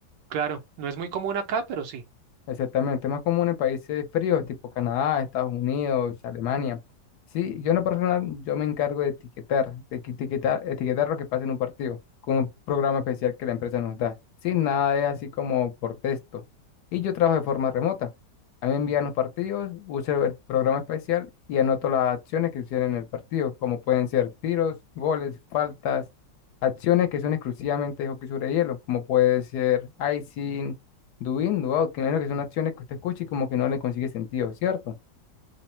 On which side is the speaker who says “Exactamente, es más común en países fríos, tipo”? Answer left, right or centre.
Left